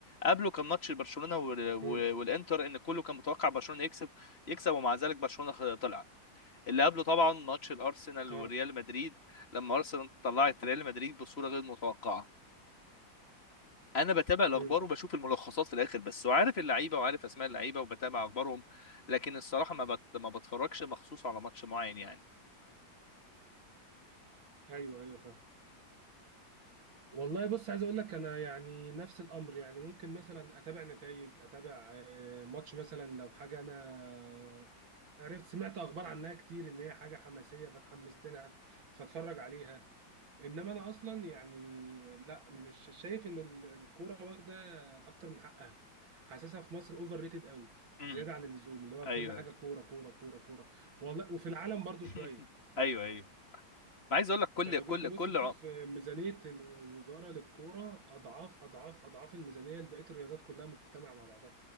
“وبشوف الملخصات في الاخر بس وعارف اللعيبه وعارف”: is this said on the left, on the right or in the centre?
Left